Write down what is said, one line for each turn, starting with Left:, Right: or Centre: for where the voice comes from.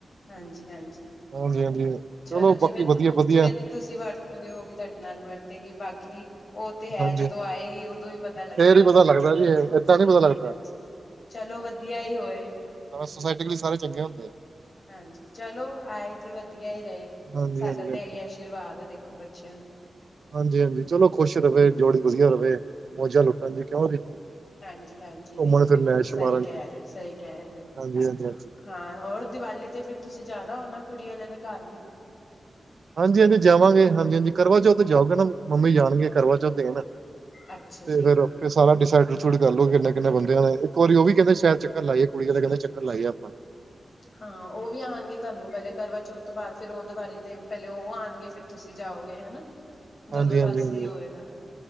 Left: ਹਾਂਜੀ - ਹਾਂਜੀ
Right: ਹਾਂਜੀ ਹਾਂਜੀ
Left: ਚਲੋ ਜਿਵੇਂ
Right: ਬਾਕੀ ਵਧੀਆ
Left: -
Right: ਵਧੀਆ
Left: ਜਿਵੇਂ, ਤੁਸੀਂ ਵਰਤੋਗੇ। ਉਹ ਵੀ ਤੁਹਾਡੇ ਨਾਲ ਵਰਤੇਗੀ ਬਾਕੀ ਕੀ। ਉਹ ਤੇ ਹੈ
Right: ਹਾਂਜੀ
Left: ਜਦੋਂ ਆਏਗੀ ਉਦੋਂ ਹੀ ਪਤਾ ਲੱਗੇਗਾ
Right: ਫੇਰ ਹੀ ਪਤਾ ਲੱਗਦਾ ਜੀ ਏਦਾਂ ਨੀ
Left: ਹਾਂਜੀ
Right: ਪਤਾ ਲੱਗਦਾ
Left: - ਹਾਂਜੀ ਚਲੋ ਵਧੀਆ ਹੀ ਹੋਏ।
Right: ਸੋਸਾਇਟੀ ਲਈ ਸਾਰੇ ਚੰਗੇ ਹੁੰਦੇ ਆ।
Left: ਹਾਂਜੀ। ਚਲੋ ਆਏ ਤੇ ਵਧੀਆ ਹੀ ਰਹੇ
Right: ਹਾਂਜੀ
Left: ਸਾਡਾ
Right: ਹਾਂਜੀ
Left: ਤਾਂ
Right: ਹਾਂਜੀ
Left: ਇਹੀ ਅਸ਼ੀਰਵਾਦ। ਆਸ਼ੀਰਵਾਦ ਹੈ ਦੇਖੋ ਬੱਚਿਆਂ ਨੂੰ।
Right: ਹਾਂਜੀ- ਹਾਂਜੀ ਚਲੋ ਖੁਸ਼ ਰਹੇ ਜੋੜੀ ਵਧੀਆ ਰਹੇ। ਮੋਜਾਂ ਲੁੱਟਣ ਜੀ ਕਿਉਂ ਜੀ।
Left: ਹਾਂਜੀ - ਹਾਂਜੀ ਨਹੀਂ
Right: ਘੁੰਮਣ
Left: ਬਿਲਕੁਲ
Right: ਫਿਰਨ ਐਸ਼
Left: ਸਹੀ
Right: ਮਾਰਨ
Left: ਕਹਿ
Right: ਦੀ
Left: ਰਹੇ ਸਹੀ, ਕਹਿ ਰਹੇ ਹੋ।
Right: ਹਾਂਜੀ ਹਾਂਜੀ ਹਾਂਜੀ
Left: ਹਾਂ। ਹੋਰ ਦੀਵਾਲੀ ਤੇ ਫਿਰ ਤੁਸੀਂ ਜਾਣਾ ਹੋਣਾ ਕੁੜੀ ਵਾਲਿਆਂ ਦੇ ਘਰ ਵੀ
Right: ਹਾਂਜੀ- ਹਾਂਜੀ ਜਾਵਾਂਗੇ ਹਾਂਜੀ - ਹਾਂਜੀ ਕਰਵਾ ਚੌਥ ਤੇ ਜਾਓਗੇ ਨਾ। ਮੰਮੀ ਜਾਣਗੇ ਕਰਵਾ ਚੌਥ ਦੇਣ
Left: ਅੱਛਾ ਜੀ
Right: ਤੇ ਫੇਰ ਫਿਰ ਸਾਰਾ ਡਿਸਾਈਡਡ ਕਰ ਲਓ, ਕਿੰਨੇ ਕਿਨੇ ਬੰਦਿਆਂ ਨੇ ਇੱਕ ਵਾਰੀ ਉਹ ਵੀ ਕਹਿੰਦੇ ਸ਼ਾਇਰ ਚੱਕਰ ਲਾਈਏ, ਕੁੜੀ ਵਾਲੇ ਕਹਿੰਦੇ ਚੱਕਰ ਲਾਈਏ ਆਪਾਂ
Left: ਹਾਂ ਉਹ ਵੀ ਆਉਣਗੇ, ਤੁਹਾਨੂੰ ਪਹਿਲੇ ਕਰਵਾ ਚੌਥ ਤੋਂ ਬਾਅਦ ਫਿਰ ਉਹ ਦੀਵਾਲੀ ਦਿਨ ਪਹਿਲੇ ਉਹ ਆਉਣਗੇ ਫਿਰ ਤੁਸੀਂ ਜਾਓਗੇ, ਹਨਾ ਦੋਨੋ
Right: ਹਾਂਜੀ
Left: ਪਾਸੇ
Right: ਹਾਂਜੀ ਹਾਂਜੀ
Left: ਹੀ ਹੋਵੇਗਾ,